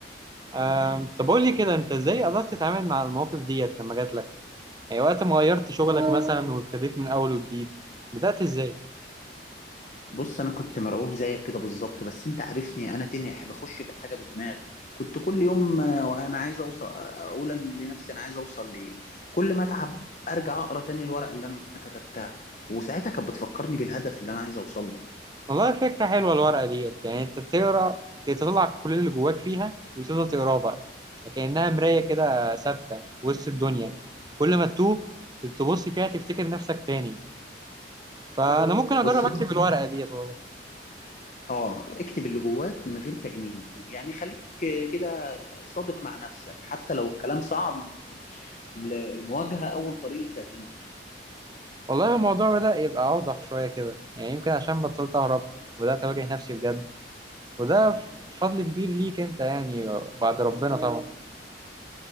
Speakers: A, on the right (about 20°); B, on the left (about 40°).
A: أم، طب قول لي كده أنت إزاي قدرت تتعامل مع المواقف ديت لما جات لك يعني وقت ما غيرت شغلك مثلا وابتديت من أول وجديد بدأت إزاي؟
B: بص انا كنت مرعوب زيك كده بالظبط بس انت عارفني انا تنح بخش في الحاجه بدماغي كنت كل يوم آه، وانا عايز اوصل آه، اقول أنا لنفسي انا عايز اوصل لايه كل ما اتعب ارجع اقرا تاني الورق اللي انا كتبتها وساعتها كانت بتفكرني بالهدف اللي انا عايز اوصل له
A: والله فكرة حلوة الورقة ديت يعني انت بتقرا تطلع كل اللي جواك فيها وتفضل تقراه بقى كأنها مراية كده ثابتة وسط الدنيا كل ما تتوه تبص فيها تفتكر نفسك تاني فأنا ممكن أجرب
B: بص
A: أكتب الورقة ديت والله
B: اه اكتب اللي جواك من غير تجميل يعني خليك كده صادق مع نفسك حتى لو الكلام صعب المواجهة أول طريقة تغيير
A: والله الموضوع بدأ يبقى أوضح شوية كده يعني يمكن عشان بطلت أهرب وبدأت أواجه نفسي بجد وده ف- فضل كبير ليك أنت يعني بعد ربنا طبعا